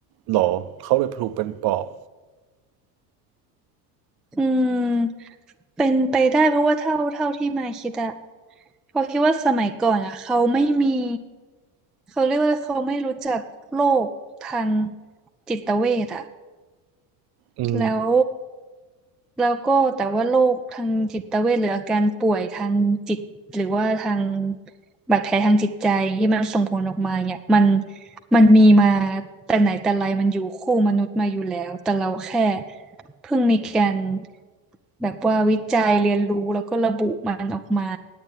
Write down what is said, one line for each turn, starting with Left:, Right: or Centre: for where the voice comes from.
Right: หรอเขาเลยถูกเป็นปอบ
Centre: อืมเป็นไปได้เพราะว่าเท่าเท่าที่มายคิดอะเพราะคิดว่าสมัยก่อนอะเขาไม่มีเขาเรียกว่าเขาไม่รู้จักโรคทางจิตเวชอะ
Right: อืม
Centre: แล้วแล้วก็แต่ว่าโรคทางจิตเวชหรืออาการป่วยทางจิตหรือว่าทางบาดแผลทางจิตใจที่มันส่งผลออกมาเนี่ยมันมันมีมาแต่ไหนแต่ไรมันอยู่คู่มนุษย์มาอยู่แล้วแต่เราแค่เพิ่งมีการแบบว่าวิจัยเรียนรู้แล้วก็ระบุมันออกมา